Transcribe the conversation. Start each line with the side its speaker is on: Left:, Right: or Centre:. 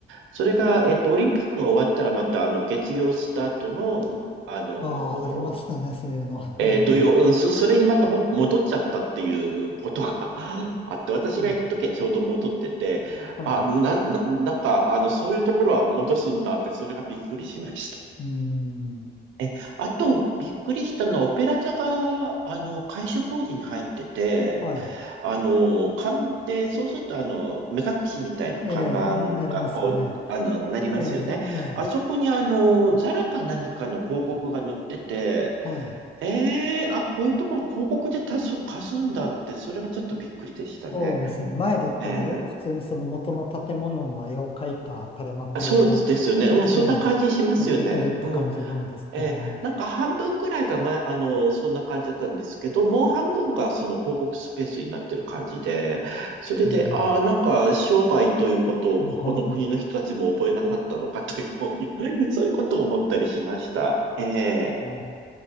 Right: それが、えっと、オリンピックが終わったら、また、あの、月曜スタートの、あのー
Left: ああ、ありましたね、そういうの。
Right: えー土曜、
Left: うん。
Right: うん、そ、それにまたも戻っちゃったっていうことが <laughs> あって、私が行くときはちょうど戻ってて、
Left: うんはい。
Right: あ、な、な、なんか、あの、そういうところは戻すんだって、それがびっくりしました。
Left: うん。
Right: え、あと、びっくりしたのは、オペラ座が、あの、改修工事に入ってて、
Left: はい。
Right: あの、看で、そうすると、あの、目隠しみたいな看板が、
Left: ええ、なりますよね。
Right: こう、あの、なりますよね。
Left: ええ、ね
Right: あそこに、あの、ザラか何かの広告が載ってて、
Left: え。はい。
Right: ええあ、こういうところ広告で多数貸すんだって、それがちょっとびっくりでしたね。
Left: そうですね。
Right: はい
Left: 前だったら、
Right: ええ
Left: 普通にその元の建物の絵を描いた垂れ幕を
Right: あそうですよね。うん、そんな感じしますよね。
Left: ね、開けてるって感じなんですけど。
Right: うん。えーなんか半分ぐらいが前、あの、そんな感じだったんですけど、もう半分がその広告スペースになってる感じで、それで、
Left: うん。
Right: ああ、なんか商売ということをここの国の人たちも覚えなさったのかという、
Left: あはい。
Right: <laughs> そういうことを思ったりしました。えー
Left: あ